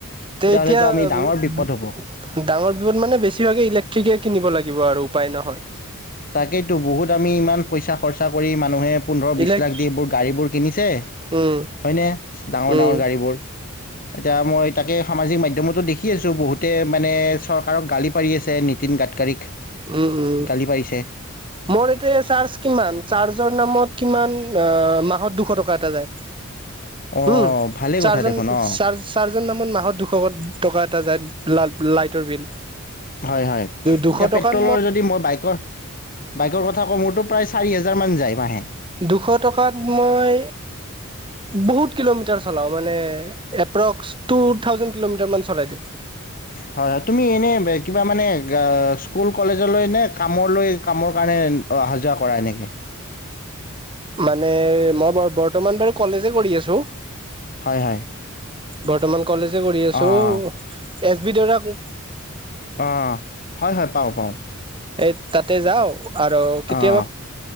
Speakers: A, on the left; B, on the right.
A: তেতিয়াহ'লেতো
B: তে এতিয়া ডাঙৰ
A: আমি ডাঙৰ বিপদ হ'ব
B: বিপদ মানে বেছিভাগেই। ঠিকে কিনিব লাগিব আৰু উপায় নহয়।
A: তাকেইেতো বহুত আমি ইমান পইচা খৰচা কৰি মানুহে পোন্ধৰ,
B: ইলেক
A: বিশ লাখ দি এইবোৰ গাড়ীবোৰ কিনিছে হয়নে
B: উম
A: ডাঙৰ
B: উম
A: ডাঙৰ গাড়ীবোৰ এতিয়া মই তাকে সামাজিক মাধ্যমতো দেখি আছোঁ বহুতে মানে চৰকাৰক গালি পাৰি আছে নীতিন গাডকাৰীক।
B: উম উম।
A: গালি পাৰিছে
B: মোৰ এইটোবে চাৰ্জৰ কিমান চাৰ্জৰ নামত কিমান মাহত দুশ টকা এটা যায়।
A: অঁ
B: উম
A: ভালেই
B: চাৰজন
A: কথা দেখোন অঁ
B: চাৰ চাৰজন নামত মাহত দুশ টকা এটা যায়। ল লাইটৰ বিল।
A: হয় হয়
B: দুশ
A: এতিয়া
B: টকাত
A: পেট্ৰলৰ যদি মই বাইকৰ বাইকৰ কথা ক মোৰতো প্ৰায় চাৰি হেজাৰ মান যায় মাহে।
B: দুশ টকাত মই বহুত কিলোমিটাৰ চলাওঁ মানে এপ্ৰক্স টু থাউজেণ্ড কিলোমিটাৰ মান চলাই দিওঁ।
A: হয় হয় তুমি এনে কিবা মানে স্কুল কলেজলৈ নে কামলৈ কামৰ কাৰনে অহা যোৱা কৰা এনেকে।
B: মানে মই ব বৰ্তমান বাৰু কলেজে কৰি আছো।
A: হয় হয়
B: বৰ্তমান। কলেজে কৰি আছোঁ।
A: অঁ
B: এছ বি দেউতাক।
A: অঁ হয় হয় পাওঁ পাওঁ।
B: এই তাতে যাওঁ। আৰু কেতিয়াবা
A: অঁ